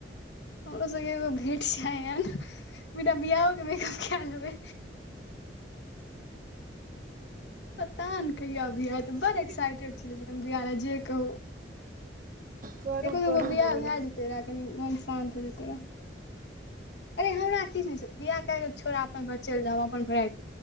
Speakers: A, on the left; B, on the right.
A: हमरो सबके एगो भेंट छैय न बिना बियओ के मेकअप क लेबै पता ने कहियाबियाह बड़
B: की
A: एक्साइटेड छी लेकिन हम जे कहू
B: करू
A: क को दगो
B: करू
A: बियाह
B: जल्दी
A: भए जेते रह कनी मन शान्त भ जतै एकरा अरे हमरा किछु नहि बियाह कए कऽ छोड़ अपन घर चलि जाउ अपन घर आब